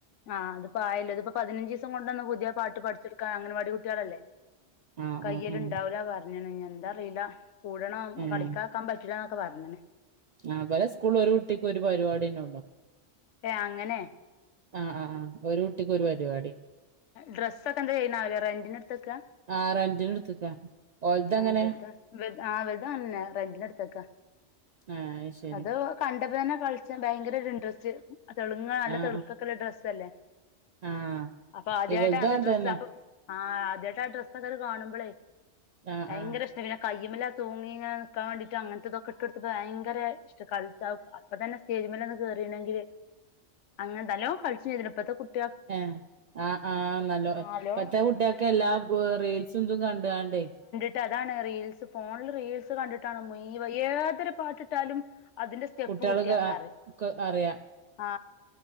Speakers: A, on the left; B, on the right.
A: ആ ഇതിപ്പോ ആയല്ലോ ഇതിപ്പോ പതിന ഒറ്റീസം കൊണ്ടൊന്ന് പുതിയ പാട്ട് പഠിച്ചെടുക്കൻ അംഗനവാടികുട്ട്യാളല്ലേ
B: ആഹ്
A: കയ്യലുണ്ടാവൂല
B: ആഹ് ആഹ്
A: പറ <unintelligible> എന്താറീല കൂടണം
B: ഏഹ്
A: കളിക്കാക്കാൻ പറ്റുലാ ഒക്കെ പറഞ്ഞണ്.
B: ആഹ് ഇവലെ സ്കൂളിൽ ഒരു കുട്ടിക്ക് ഒരു പരിപാടിന്നെ
A: ഏ അങ്ങനെ
B: ആ ആ ആ ഒരു കുട്ടിക്ക് ഒരു പരുവാടി.
A: ഡ്രസ്സോക്കെ എന്താ ചെയ്യണേ അവര് റെന്റിന് എട്
B: ആഹ് റെന്റിന് എടുത്ത്ക്കാ ഓൽതങ്ങനെ
A: <unintelligible> ആ ഇവൽതും അ ആ ഇവൽതും അങ്ങനെന്നെ റെന്റിനെടുത്തെക്കാ
B: ആഹ് ശരി
A: അത് കണ്ടപ്പോ തന്നെ കളിച്ചാ ഭയങ്കരൊരു ഇൻട്രസ്റ്റ്. ആ തെളുങ്ങാ അല്ല
B: ആഹ്
A: തെളുക്കോക്കുള്ള
B: ആഹ്
A: ഡ്രസ്സ് അല്ലേ.
B: ആഹ്
A: അപ്പ ആദ്യായിട്ട്
B: ഇവൽതും
A: അത്
B: അതന്നെ
A: ഡ്രസ്സ് അപ്പൊ. ആ ആദ്യായിട്ടാ ആ ഡ്രസ്സൊക്കെ ത് കാണുമ്പളെ.
B: ആഹ്
A: വയങ്കര
B: ആഹ്
A: ഇഷ്ടം ഇങ്ങനെ കൈ <unintelligible> തൂങ്ങിങ്ങ നിൽക്കാൻ വേണ്ടീട്ട് അങ്ങനത്തെതൊക്കെ ഇട്ട് എടുത്ത് വയങ്കര ഇഷ്ട കളിച്ച അപ് അപ്പ തന്നെ സ്റ്റേജിമലന്ന് കേയറയിണെങ്കില്. അങ്ങനെത്തലോ കളിച്ചിതിലും ഇപ്പത്ത കുട്
B: ഏ ആ ആ നല്ലോവൻ
A: നല്ലോം
B: ഇപ്പത്തെ കുട്ടികൾക്കെ എല്ലാ പ് റീൽസും ഇതും കണ്ടു കണ്ടേ
A: റ്റ് അതാണ് റീൽസ് ഫോണില് റീൽസ് കണ്ടിട്ടാണ് മുയിവ ഏതൊരു പാട്ടിട്ടാലും അതിന്റെ സ്റ്റെപ്പ്
B: കുട്ടികൾക്ക്
A: കുട്ടിയാക്കറി
B: അ ക് അറിയാം.
A: ആ